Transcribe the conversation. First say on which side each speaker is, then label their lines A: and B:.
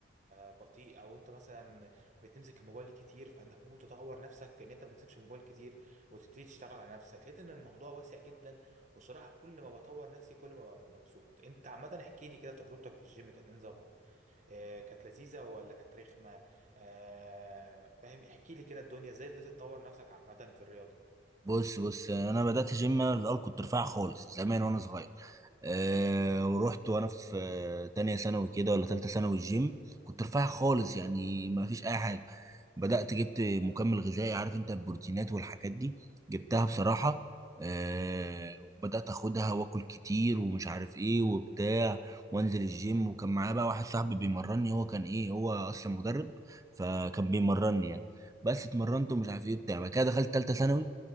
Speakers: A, on the right (about 40°); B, on the right (about 15°).
A: بطيء او انت مثلا بتمسك الموبايل كتير فانك ممكن تطور نفسك في ان انت ما تمسكش الموبايل كتير وتبتدي تشتغل على نفسك لقيت ان الموضوع واسع جدا وصراحه كل ما بطور نفسي كل ما ببقى مبسوط انت عامه احكي لي كده تجربتك في الجيم كانت إيه نظامها آه كانت لذيذه ولا كانت رخمه آه فاهم احكي لي كده الدنيا ازاي قدرت تطور نفسك عامه في الرياضه
B: بص بص انا بدات جيم انا الاول كنت رفيع خالص زمان وانا صغير أه ورحت وانا في آه، تانية ثانوي كده ولا تالتة ثانوي الجيم كنت رفيع خالص يعني ما فيش اي حاجه بدأت جبت مكمل غذائي عارف انت البروتينات والحاجات دي جبتها بصراحة آه بدأت اخدها واكل كتير ومش عارف ايه وبتاع وانزل الجيم وكان معايا بقى واحد صاحبي بيمرني هو كان ايه هو اصلا مدرب فكان بيمرني يعني بس اتمرنت ومش عارف ايه بتاع بعد كده دخلت تالتة ثانوي